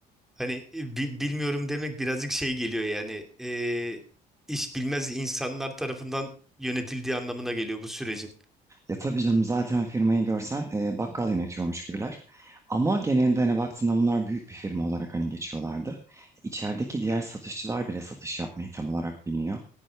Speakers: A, in the centre; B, on the right.
A: Hani e, bi- bilmiyorum demek birazcık şey geliyor yani e, iş bilmez insanlar tarafından yönetildiği anlamına geliyor bu sürecin.
B: Ya tabii canım zaten firmayı görsen e, bakkal yönetiyormuş gibiler. Ama genelde hani baktığında bunlar büyük bir firma olarak hani geçiyorlardı. İçerideki diğer satışçılar bile satış yapmayı tam olarak bilmiyor.